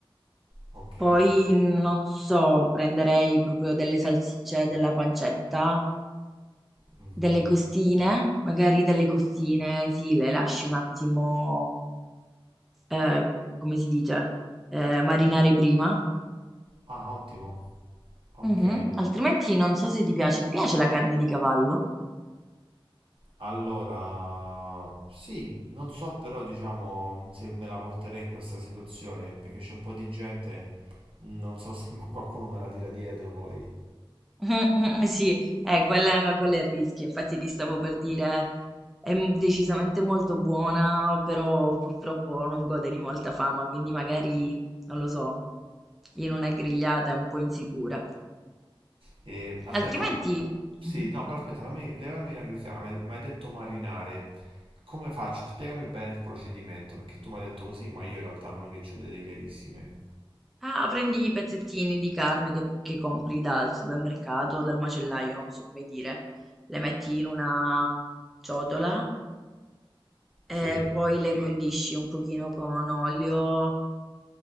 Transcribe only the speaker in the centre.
Poi non so, prenderei proprio delle salsicce, della pancetta,
delle costine, magari delle costine, sì, le lasci un attimo, eh, come si dice, eh, marinare prima.
Mhm. Altrimenti non so se ti piace, ti piace la carne di cavallo?
<laughs> Mm, mm, Sì, eh, quella, quella è il rischio, infatti ti stavo per dire, è m- decisamente molto buona, però purtroppo non gode di molta fama, quindi magari, non lo so, in una grigliata è un po' insicura.
Altrimenti,
Mhm.
ah, prendi i pezzettini di carne che, che compri dal supermercato o dal macellaio, non so come dire, le metti in una ciotola
e poi le Mm. condisci un pochino con olio